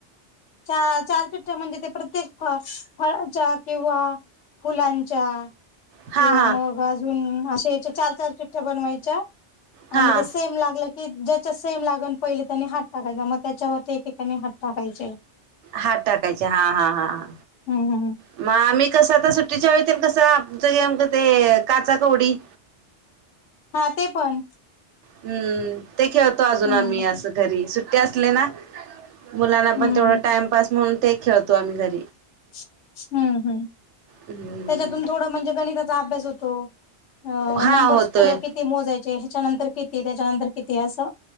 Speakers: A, on the left; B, on the right.
A: चचाार पिठठ म्हणजे ते प्रत्येक फ फळाच्या किंवा फुलांच्या
B: हा
A: किंवा
B: हा
A: मग अजून अे याच्या चार चार चिठठ्या बनवायच्या
B: हा
A: आणि ते सेम लागलं की ज्याच्या सेम लागन पहिले त्यांनी हात टाकायचा मग त्याच्यावरती त्यानी हात टाकायचे
B: हात टाकायचे हा हा हा हा
A: हम हम
B: मग आम्ही कसं तर सुट्टीच्या वेळीती कसं आममक ते काचा कोडी
A: हा ते पण
B: हम्म ते खेळतो अजून
A: हम्म
B: आम्ही असं घरी सुट्टी असले ना मुलांना
A: हम्म
B: पण तेवढं टाइम पाास म्हणून ते खेळतो आम्ही घरी
A: हम्म हम्म
B: हम्म
A: त्याच्यातून थोडं म्हणजे गणिताचा अभ्यास होतो अ
B: हा
A: नंबर्स
B: होतोय
A: पुढं किती मोजायचे ह्याच्यानंतर किती त्याच्यानंतर किती असं